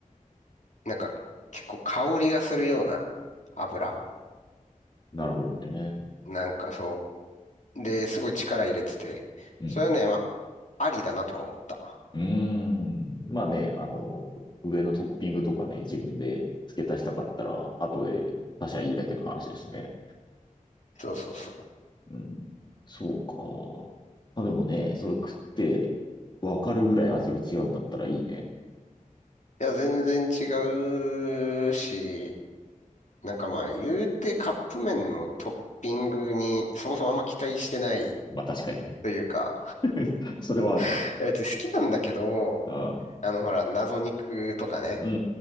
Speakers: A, on the left; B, on the left.
A: なんか結構香りがするような油
B: なるほどね。
A: なんかそう。で、すごい力入れてて、
B: うん。
A: それはね、まあ、ありだなとは思った。
B: うーん。まあね、あの、上のトッピングとかね、自分で付け足したかったら、後で他社いいだけの話ですね。
A: そうそうそう。
B: うん。そうか。まあでもね、それ食って分かるぐらい味が違うんだったらいいね。
A: いや、全然違うし、なんかまあ、言うてカップ麺のトッピングにそもそもあんま期待してない
B: まあ確かにね。
A: というか、
B: <laughs> それはあるな。
A: いや、別に好きなんだけど、
B: うん。
A: あの、ほら、謎肉とかね、
B: うん、う